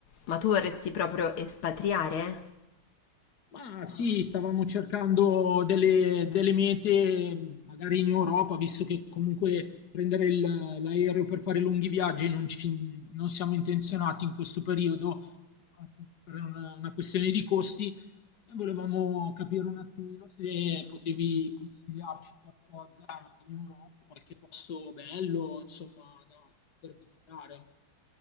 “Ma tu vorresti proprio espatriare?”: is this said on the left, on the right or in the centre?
Left